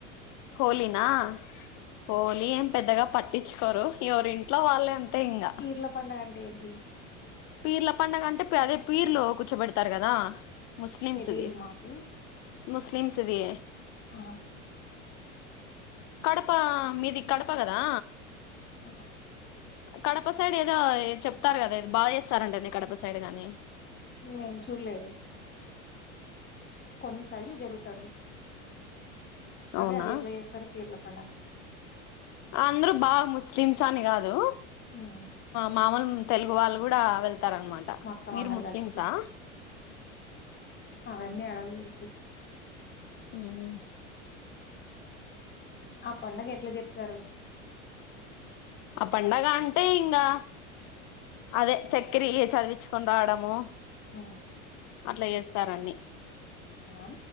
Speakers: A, on the left (about 45°); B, on the left (about 25°).
A: హోలీనా హోలీ ఏం పెద్దగా పట్టించుకోరు ఎవరింట్లో వాళ్ళే అంతే
B: అంటే
A: ఇంకా
B: పీర్ల పండుగ అంటే ఏంటి
A: పీర్ల పండగ అంటే అదే పీర్లు కూర్చోబెడతారు కదా ముస్లిమ్స్ది
B: తెలీదు మాకు
A: ముస్లిమ్స్ది
B: ఆ
A: కడప మీది కడప కదా
B: అ
A: కడప సైడ్ ఏదో చెప్తారు కదా బా చేస్తారంటనె కడప సైడ్ గాని
B: మేము చూడలేదు కొన్ని సైడ్లు జరుగుతాది
A: అవునా
B: అదే అది ఎట్లా చేస్తారు పీర్ల పండగ
A: అందరు బాగా ముస్లిమ్స్ అని కాదు
B: హ్మ్
A: మామూలు తెలుగు వాళ్ళు కూడా వెళ్తారనమాట
B: మొత్తం
A: మీరు
B: అందరు
A: ముస్లిమ్సా
B: కలిసి అవన్నీ అడగ కూడదు
A: హ్మ్
B: ఆ పండుగ ఎట్లా చెప్తారు
A: ఆ పండగ అంటే ఇంగా అదే చక్కెర యి చదివించుకొని రావడము
B: హ్మ్
A: అట్లా చేస్తారన్ని
B: హలో